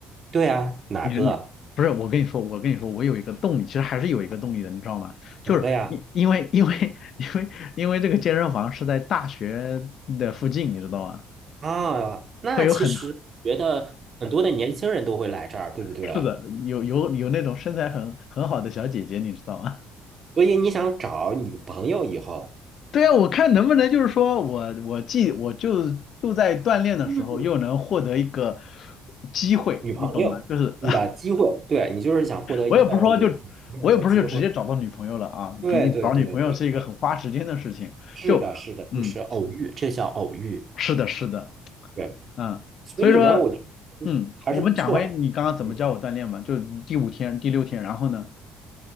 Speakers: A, on the right (about 45°); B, on the left (about 60°).
A: 对啊，哪个
B: 你你不是我跟你说，我跟你说，我有一个动力，其实还是有一个动力的，你知道吗？就是因因为因为
A: 哪个呀？
B: <laughs> 因为因为这个健身房是在大学的附近，你知道吗？
A: 啊，那其实觉得很多的年轻人都会来这儿，
B: 会有很多
A: 对不对？
B: <laughs> 是的，有有有那种身材很很好的小姐姐，你知道吗？
A: 所以你想找女朋友以后，
B: <laughs> 对啊，我看能不能就是说我我既我就就在锻炼的时候又能获得一个
A: 嗯，
B: 机会，
A: 女朋友，
B: 你懂吗？就是
A: 你的机会，对，你就是想获得一个有女朋友的机会。
B: 我也不是说就，我也不是就直接找到女朋友了啊，
A: 对对对对对，
B: 毕竟找女朋友是一个很花时间的事情。
A: 是的，
B: 就，
A: 是的，
B: 嗯，
A: 就是偶遇，这叫偶遇。
B: 是的，是的，
A: 对，
B: 嗯，
A: 所以呢，
B: 所以说，
A: 我觉得
B: 嗯，
A: 还是不错。
B: 我们讲回你刚刚怎么教我锻炼吧。
A: 嗯。
B: 就第五天、第六天，然后呢，